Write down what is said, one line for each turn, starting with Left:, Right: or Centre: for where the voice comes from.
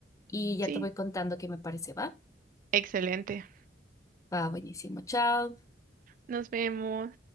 Left: y ya
Right: Sí,
Left: te voy contando qué me parece, ¿va?
Right: excelente.
Left: Va, buenísimo. Chao.
Right: Nos vemos.